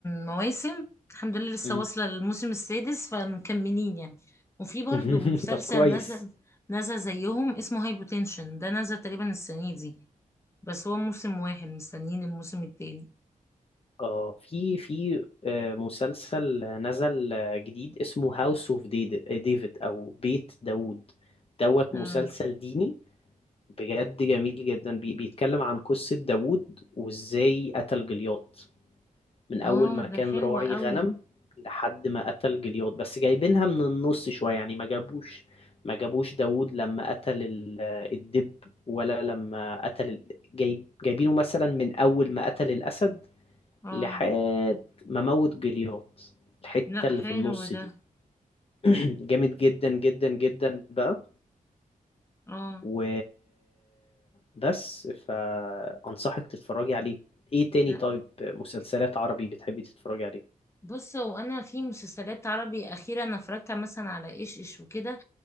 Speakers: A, on the left; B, on the left.
A: مواسم الحمد لله لسه
B: مم.
A: واصلة للموسم السادس فمكملين يعني وفي برضو
B: <laughs>
A: مسلسل
B: طب كويس
A: نزل نزل زيهم اسمه هاي بوتنشن ده نزل تقريبا السنة دي بس هو موسم واحد مستنيين الموسم التاني
B: اه في في آه، مسلسل نزل آه، جديد اسمه هاوس اوف ديفيد او بيت داوود دوت
A: اه
B: مسلسل ديني بجد جميل جدا بي- بيتكلم عن قصة داوود وازاي قتل جليات من اول
A: اه
B: ما كان
A: ده حلو
B: راعي
A: قوي
B: غنم لحد ما قتل جليات بس جايبينها من النص شوية يعني ما جابوش ما جابوش داوود لما قتل ال- آه، الدب ولا لما قتل ال- جايب جايبينه مثلا من اول ما قتل الاسد
A: اه
B: لحد ما موت جليات الحتة
A: لا
B: اللي
A: حلو
B: في النص
A: ده
B: دي <clears throat> جامد جدا جدا جدا بقى
A: اه
B: و بس فأنصحك تتفرجي عليه ايه تاني
A: لا
B: طيب مسلسلات عربي بتحبي تتفرجي عليها
A: بص هو انا في مسلسلات عربي اخيرا انا اتفرجت مثلا على ايش ايش وكده